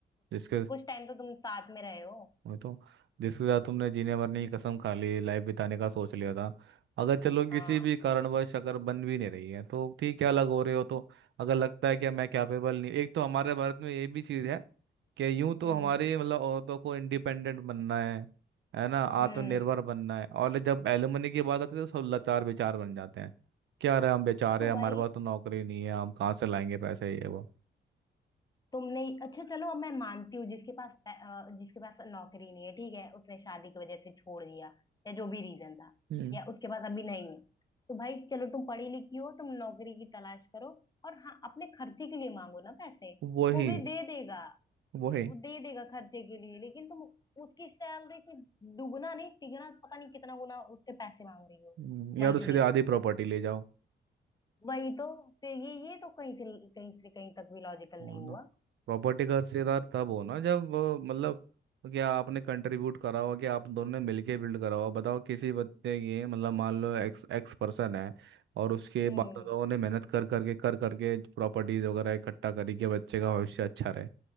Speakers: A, on the right; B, on the left.
A: जिसके
B: कुछ टाइम तो तुम साथ में रहे हो
A: वही तो जिसके साथ तुमने जीने मरने की कसम खा ली लाइफ बिताने का सोच लिया था अगर चलो किसी
B: हाँ
A: भी कारणवश अगर बन भी नहीं रही है तो ठीक है अलग हो रहे हो तो अगर लगता है कि मैं कैपेबल नहीं एक तो हमारे भारत में ये भी चीज़ है कि यूं तो
B: हम्म
A: हमारी मतलब औरतों को इंडिपेंडेंट बनना है है ना आत्मनिर्भर
B: हम्म
A: बनना है और जब एलुमनी की बात आती है तो सब लाचार बेचार बन जाते हैं क्या रहे हम बेचारे
B: तो
A: हमारे
B: भाई
A: पास तो नौकरी नहीं है हम कहाँ से लाएंगे पैसे ये वो
B: तुमने अच्छा चलो अब मैं मानती हूँ जिसके पास पै- अ, जिसके पास नौकरी नहीं है ठीक है उसने शादी की वजह से छोड़ दिया या जो भी रीजन था
A: हम्म
B: या उसके पास अभी नहीं है तो भाई चलो तुम पढ़ी लिखी हो तुम नौकरी की तलाश करो और हाँ अपने खर्चे के लिए मांगो ना पैसे
A: वही
B: वो भी दे देगा
A: वही
B: वो दे देगा खर्चे के लिए लेकिन तुम उसकी सैलरी से दुगना नहीं तिगना पता नहीं कितना गुना उससे पैसे मांग रही हो
A: हम्म,
B: मंथली
A: या तो सीधे आधी प्रॉपर्टी ले जाओ
B: वही तो फिर ये ये तो कहीं से कहीं से कहीं तक भी लॉजिकल
A: और
B: नहीं
A: ना
B: हुआ
A: प्रॉपर्टी का हिस्सेदार तब हो ना जब अ, मतलब क्या आपने कंट्रीब्यूट करा हो कि आप दोनों ने मिलके बिल्ड करा हो बताओ किसी बच्चे की मतलब मान लो एक्स एक्स पर्सन है और उसके
B: हम्म
A: बाप दादाओं ने मेहनत कर करके कर करके प्रॉपर्टीज वगैरह इकट्ठा करी कि बच्चे का भविष्य अच्छा रहे